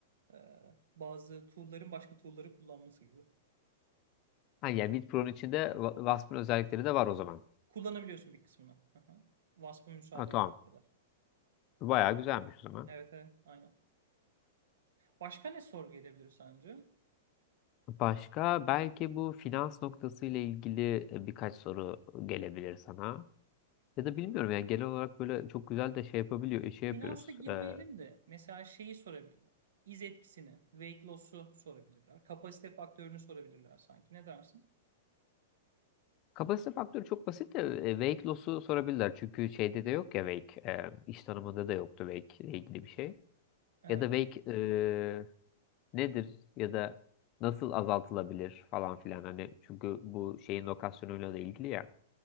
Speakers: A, on the right; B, on the left.
A: e, bazı tool'ların başka tool'ları kullanması gibi.
B: Ha, yani WinPro'nun içinde Wa- Wasp'ın özellikleri de var o zaman.
A: Kullanabiliyorsun bir kısmını. Aha. WASP'a müsaade
B: Ha, tamam.
A: ettiği kadar.
B: Bayağı güzelmiş o zaman.
A: Evet evet aynen. Başka ne sorgu edebilir sence?
B: Başka belki bu finans noktası ile ilgili e, birkaç soru gelebilir sana. Ya da bilmiyorum yani genel olarak böyle çok güzel de şey yapabiliyor, şey
A: Finansa
B: yapıyoruz.
A: girmeyelim
B: Ee,
A: de mesela şeyi sorabilirler. İz etkisini, weight loss'u sorabilirler. Kapasite faktörünü sorabilirler sanki. Ne dersin?
B: kapasite faktörü çok basit de e, wake loss'u sorabilirler. Çünkü şeyde de yok ya wake. E, iş tanımında da yoktu wake ile ilgili bir şey.
A: Evet.
B: Ya da belki eee, nedir ya da nasıl azaltılabilir falan filan hani çünkü bu şeyin lokasyonuyla da ilgili ya.